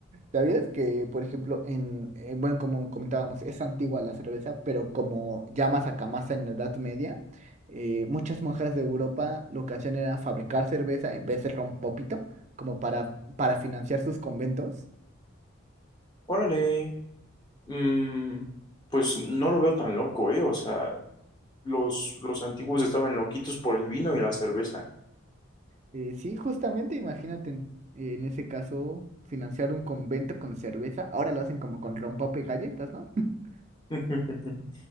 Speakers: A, on the right; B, on the left.
A: ¿Sabías que, por ejemplo, en, eh, bueno, como comentábamos, es antigua la cerveza, pero como ya más acá, más en la Edad Media, eh, muchas monjas de Europa lo que hacían era fabricar cerveza en vez de ron popito, como para, para financiar sus conventos.
B: Órale. mm, pues no lo veo tan loco, ¿eh? O sea, los, los antiguos estaban loquitos por el vino y la cerveza.
A: Eh, sí, justamente, imagínate en, en ese caso, financiar un convento con cerveza. Ahora lo hacen como con rompope y galletas, ¿no? <laughs>
B: <laughs>